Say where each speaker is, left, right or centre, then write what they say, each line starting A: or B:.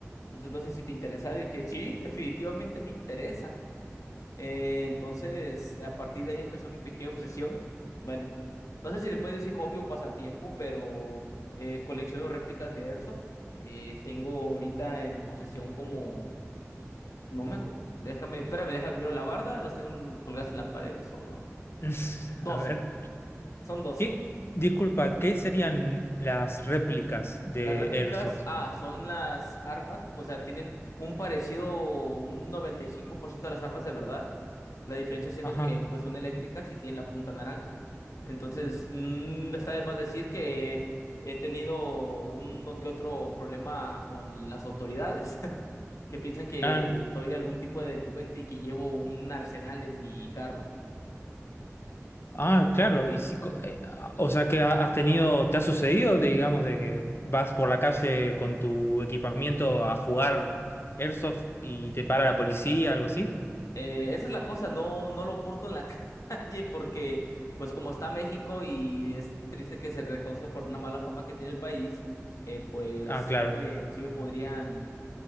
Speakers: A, on the left; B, on the left.
A: Entonces no sé si te interesa. Le dije, sí, definitivamente me interesa. Eh, entonces, a partir de ahí empezó mi pequeña obsesión. Bueno, no sé si le puedes decir hobby o pasatiempo, pero eh, colecciono réplicas de Airsoft. Eh, tengo ahorita en posesión como, no me acuerdo, déjame, espérame, déjame, miro la barda, las tengo colgadas en la pared y son
B: <laughs>
A: doce
B: A ver.
A: son doce
B: ¿Qué, disculpa, ¿qué serían las réplicas de
A: Las réplicas,
B: Airsoft?
A: ah, son las armas, o sea, tienen un parecido, un 95% de las armas de verdad. La diferencia siendo
B: Ajá.
A: que pues son eléctricas y tienen la punta naranja. Entonces, mm, está de más decir que he tenido uno que otro problema con las autoridades, <laughs> que piensan que
B: Ah,
A: soy algún tipo de delincuente y que llevo un arsenal en mi carro.
B: Ah, claro, y si, co- eh, ah, o sea que ha- has tenido, ¿te ha sucedido, digamos, de que vas por la calle con tu equipamiento a jugar Airsoft y te para la policía, algo así?
A: Eh, esa es la cosa, no, no lo porto en la <laughs> calle porque, pues como está México y es triste que se reconozca por una mala fama que tiene el país, eh, pues
B: Ah, claro.
A: sí me, sí me podrían,